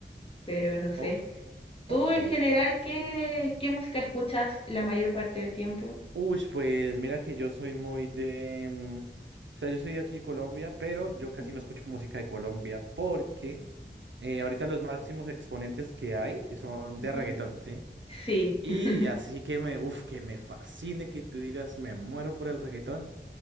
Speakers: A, on the left; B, on the right.
A: pero no sé.
B: Ok. ok.
A: ¿Tú en general qué, qué música escuchas la mayor parte del tiempo?
B: Uy, pues mira que yo soy muy de... mm, O sea, yo soy de aquí de Colombia, pero yo
A: Ujú.
B: casi no escucho música de Colombia porque eh, ahorita los máximos exponentes que hay son
A: Ujú.
B: de reggaetón, ¿sí?
A: Sí,
B: Y
A: <laughs>
B: así que me, uf, que me fascine que tú digas, me muero por el reggaetón.